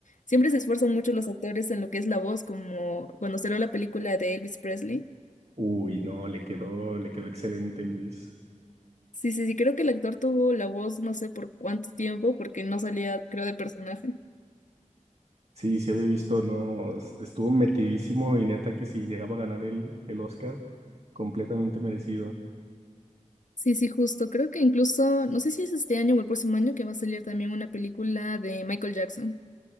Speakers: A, on the left (about 70°); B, on the right (about 55°).
A: siempre se esfuerzan mucho los actores en lo que es la voz, como cuando salió la película de Elvis Presley.
B: Uy, no, le quedó, le quedó excelente, Luis.
A: Sí, sí, sí, creo que el actor tuvo la voz no sé por cuánto tiempo, porque no salía, creo, de personaje.
B: Sí, sí había visto, no, es- estuvo metidísimo y neta que si llegaba a ganar el, el Oscar, completamente merecido.
A: Sí, sí, justo. Creo que incluso, no sé si es este año o el próximo año que va a salir también una película de Michael Jackson.